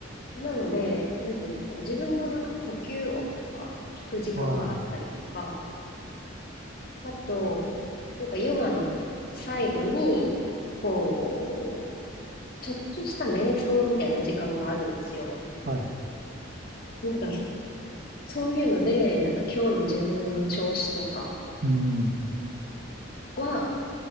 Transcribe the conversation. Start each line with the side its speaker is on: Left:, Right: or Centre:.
Left: なので、なんていうんですかね、自分のなんか呼吸音とか聞く時間があったりとか、
Right: はい、
Left: あと、なんかヨガの最後に、こう、ちょっとした瞑想みたいな時間があるんですよ。
Right: はい、
Left: なんかそ、そういうので、なんか今日の自分の調子とか
Right: うん。
Left: は、